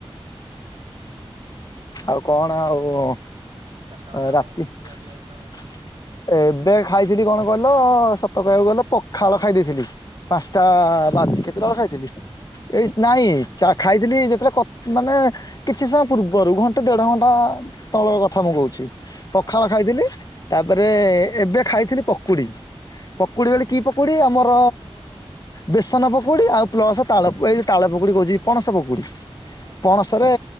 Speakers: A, on the left; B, on the right.
A: ଆଉ କଣ ଆଉ?
B: ଚାରିଟା ବେଳେ
A: ଅ
B: ଆଉ
A: ରାତି
B: କଣ
A: ଏ
B: ଖିଆ ପିଆ ହେଇଥିଲା ତମର?
A: ଏବେ ଖାଇଥିଲି କଣ କହିଲ, ସତ କହିବାକୁ ଗଲେ ପଖାଳ ଖାଇ ଦେଇେଇଥିଲି। ପାଞ୍ଚଟା
B: ଏଇ ଚାରିଟା ବେଳେ
A: ବାଜି କେତେଟା ଵେଳେ ଖାଇଥିଲି ଏଇ ନାଇଁ ଖାଇଥିଲି ଯେତେବେଳେ ମାନେ କିଛି ସମୟ ପୂର୍ବରୁ ଘଣ୍ଟେ ଦେଢ ଘଣ୍ଟା ତଳର କଥା, ମୁଁ କହୁଛି
B: ହଁ
A: ପଖାଳ ଖାଇଥିଲି, ତାପରେ ଏବେ ଖାଇଥିଲି ପକୁଡି ପକୁଡି, ବଳି କି ପକୁଡି ଆମର ବେସନ ପକୁଡି ଆଉ ପ୍ଲସ ତାଳ ଏ ତାଳ ପକୁଡି କହୁଛି ପଣସ ପକୁଡି।
B: ହଁ
A: ପଣସରେ
B: ହଁ